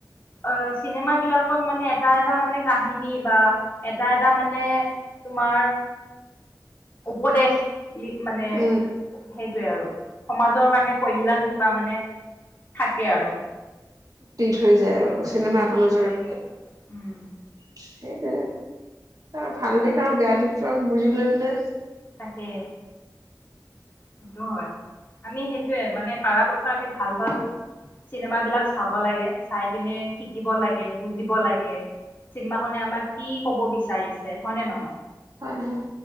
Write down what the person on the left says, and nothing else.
অ চিনেমা বিলাক মানে এটা এটা মানে কাহিনী বা এটা এটা মানে তোমাৰ উপদেশ মানে
সেইটোৱে আৰু সমাজৰ কাৰণে কল্যাণ কিবা মানে থাকে আৰু-
উম
গীত
হৈ যায় উম
তাকে। সেইটো হয় আমি সেইটোয়ে মানে পাৰপক্ষই আমি ভাল ভাল, চিনেমা বিলাক চাব লাগে, চাই পিনে শিকিব লাগে, বুজিব লাগে। চিনেমা খনে আমাক কি কব বিচাৰিছে হয় নে নহয়।